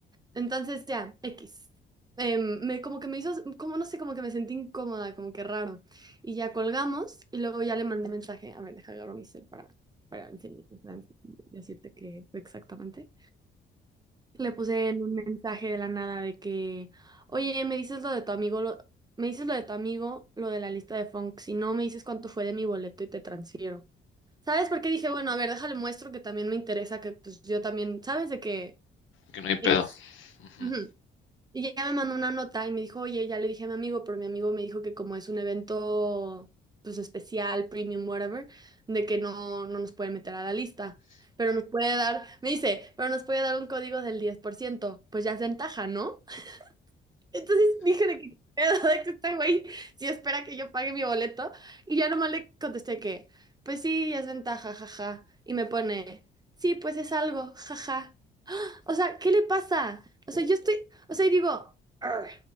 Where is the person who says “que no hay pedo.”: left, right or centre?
Left